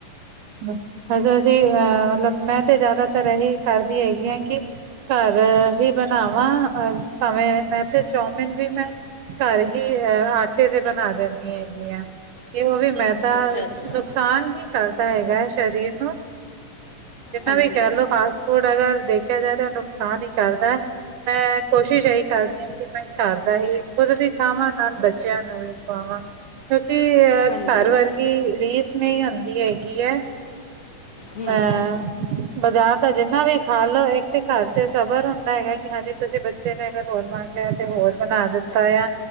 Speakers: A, on the right (about 70°); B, on the left (about 25°).
A: <unintelligible> ਅਸੀਂ ਅ ਮਤਲਬ ਮੈਂ ਤੇ ਜ਼ਾਦਾਤਰ ਐਹੀ ਕਰਦੀ ਹੈਗੀ ਆਂ ਕਿ ਘਰ ਹੀ ਬਣਾਵਾਂ ਅ, ਭਾਵੇਂ ਮੈਂ ਤੇ ਚੌਮਿਨ ਵੀ ਮੈਂ ਘਰ ਹੀ ਅਹ ਆਟੇ ਦੇ ਬਣਾ ਦਿੰਦੀ। ਹੈਗੀ ਆ ਤੇ ਉਹ ਵੀ। ਮੈਦਾ
B: ਅੱਛਾ
A: ਨੁਕਸਾਨ
B: ਅੱਛਾ
A: ਹੀ ਕਰਦਾ। ਹੈਗਾ ਹੈ ਸਰੀਰ ਨੂੰ ਜਿੰਨਾ
B: ਹਾਂਜੀ
A: ਵੀ ਕਹਿ ਲਓ। ਫਾਸਟ ਫੂਡ ਅਗਰ ਦੇਖਿਆ ਜਾਏ ਤਾਂ ਉਹ ਨੁਕਸਾਨ ਹੀ ਕਰਦਾ। ਮੈਂ ਕੋਸ਼ਿਸ਼ ਇਹੀ ਕਰਦੀ ਹਾਂ। ਕਿ ਮੈਂ ਘਰ ਦਾ ਹੀ ਖੁਦ ਵੀ ਖਾਵਾਂ ਨਾਲ ਬੱਚਿਆਂ ਨੂੰ ਵੀ ਖਾਵਾਂ। ਕਿਉਂਕਿ। ਅਹ
B: ਹਾਂਜੀ
A: ਘਰ
B: ਉਹ
A: ਵਰਗੀ ਰੀਸ ਨਹੀਂ ਹੁੰਦੀ ਹੈਗੀ ਹੈ। <inaudible>
B: ਹੂੰ ਹੂੰ
A: ਬਾਜ਼ਾਰ ਤਾਂ ਜਿੰਨਾ ਵੀ ਖਾ ਲੋੋ ਇੱਕ ਤੇ ਘਰ ਚ ਸਬਰ ਹੁੰਦਾ ਹੈਗਾ। ਕਿ ਹਾਂਜੀ ਤੁਸੀਂ ਬੱਚੇ ਨੇ ਅਗਰ ਹੋਰ ਮੰਗ ਲਿਆ ਤੇ ਹੋਰ ਬਣਾ ਦਿੱਤਾ ਆ।